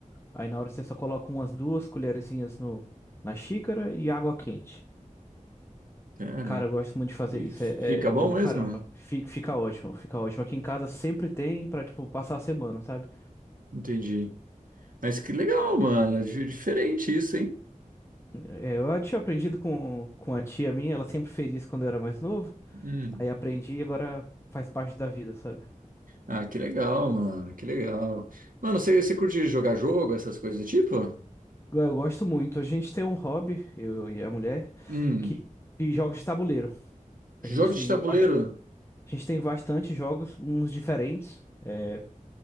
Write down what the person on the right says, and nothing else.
Cara,
e
fica
bom
mesmo?
Entendi. Mas que legal, mano. É Di- Diferente isso, hein?
hum.
Ah, que legal, mano. Que legal. Mano, você, você curte jogar jogo, essas coisas do tipo?
Hum.
Jogo
de
tabuleiro?